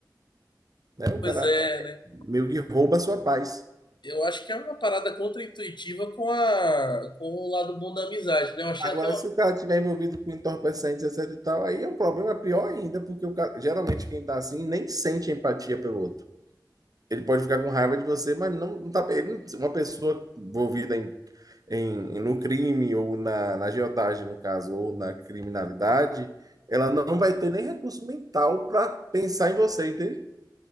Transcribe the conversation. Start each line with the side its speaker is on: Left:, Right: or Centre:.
Right: né? O
Left: Pois
Right: cara
Left: é,
Right: eh,
Left: né?
Right: meio que rouba a sua paz.
Left: Eu acho que é uma parada contraintuitiva com a, com o lado bom da amizade, né? Eu achei
Right: Agora,
Left: até uma...
Right: se o cara tiver envolvido com entorpecentes, etc e tal, aí é um problema pior ainda, porque o cara, geralmente quem tá assim nem sente empatia pelo outro. Ele pode ficar com raiva de você, mas não, não tá, ele, não- uma pessoa envolvida em, em- no crime ou na, na agiotagem, no caso, ou na criminalidade, ela não vai ter nem recurso mental para pensar em você, entende?